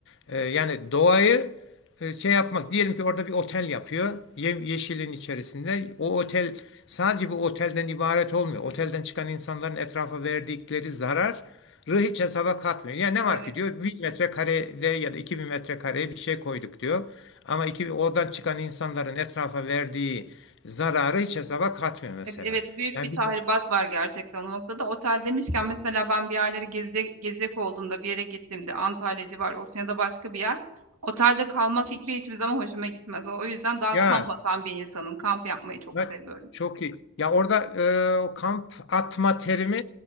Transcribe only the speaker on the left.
e, yani doğayı e, şey yapmak diyelim ki orada bir otel yapıyor. Ye- yeşilin içerisinde. O otel sadece bu otelden ibaret olmuyor. Otelden çıkan insanların etrafa verdikleri zararı hiç hesaba katmıyor. Yani ne
var ki diyor 1000 metrekarede ya da 2000 metrekareye bir şey koyduk diyor. Ama iki, oradan çıkan insanların etrafa verdiği Zararı hiç hesaba katmıyor mesela.
Yani
bizim
ya
bak
çok iyi. Ya orada e, o kamp atma terimi